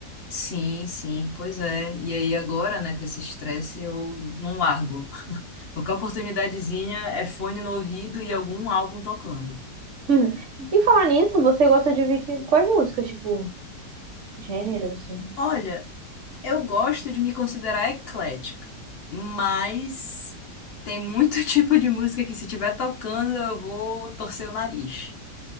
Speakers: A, on the left; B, on the right.
A: Sim, sim, pois é. E aí agora, né, com esse estresse, eu não largo. <laughs> Qualquer oportunidadezinha é fone no ouvido e algum álbum tocando.
B: <laughs> E falar nisso, você gosta de ouvir que- quais músicas? Tipo, gênero, assim?
A: Olha, Eu gosto de me considerar eclética, mas tem muito <laughs> tipo de música que se estiver tocando eu vou torcer o nariz.